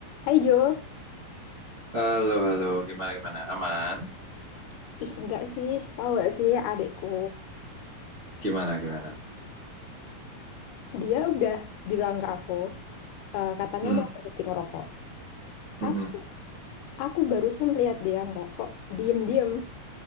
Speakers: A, on the left (about 80°); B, on the right (about 75°).
A: Hai Jo,
B: Halo, halo, gimana, gimana? Aman?
A: ih enggak sih, tahu gak sih adikku,
B: Gimana, gimana?
A: dia udah bilang ke aku, eh, katanya
B: Hmm,
A: mau berhenti ngerokok. Tapi
B: mm-mm.
A: aku barusan lihat dia ngerokok, diem-diem.